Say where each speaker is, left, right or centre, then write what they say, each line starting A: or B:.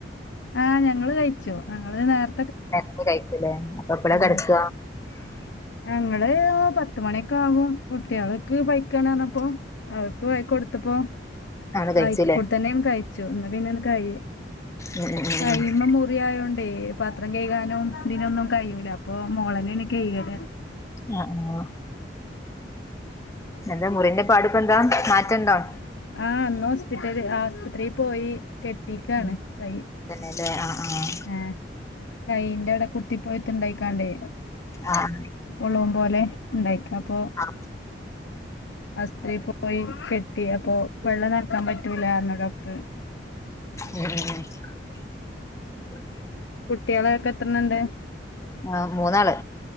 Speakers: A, on the left; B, on the left.
A: ആഹ് ഞങ്ങള് കഴിച്ചു ഞങ്ങള് നേർ
B: നേരത്തെ കഴിച്ചുല്ലേ അപ്പൊ എപ്പളാ കെടക്ക
A: ആഹ് ഞങ്ങള് പത്ത്മണിയൊക്കെ ആകും കുട്ട്യാൾക്ക് പൈക്കാണർഞ്ഞപ്പൊ അവർക്ക് വൈകൊടുത്തപ്പോ
B: ആണ് കഴിച്ചുല്ലേ
A: അയികൂടെത്തന്നെങ്ങ് കയിച്ചു എന്നാ പിന്ന കയ്യു
B: ഉം ഉം ഉം
A: കൈമ
B: ഉം
A: മുറിയായോണ്ട് തേ പത്രം കഴുകാനും ഇതിനൊന്നും കഴിയൂല അപ്പൊ മോളന്നാണ് കയുകല്
B: അ ആഹ് എന്താ മുറിന്റെ പാടിപ്പന്താ മാറ്റണ്ടോ
A: ആ ഇന്ന് ഹോസ്പിറ്റല് ആസ്പത്രി പോയി കെട്ടീക്കാണ്
B: ഉം
A: കയ്
B: തന്നെല്ലേ ആഹ് ആഹ്
A: ഏഹ് കൈയിന്റാടെ കുത്തി പയ്ത്ത്ണ്ടായ്ക്കാണ്ടേ
B: ആഹ്
A: പോളും പോലെണ്ടായിക്കാ അപ്പോ
B: <inaudible>
A: അസ്ത്രീ പോയി കെട്ടിയപ്പോ വെള്ളം നനക്കാൻ പറ്റൂലാർഞ്ഞ് ഡോക്ടർ
B: ഉം ഉം ഉം <unintelligible>
A: കുട്ട്യോളൊക്കെത്രണ്ണണ്ട്?
B: ആഹ് മൂന്നാള്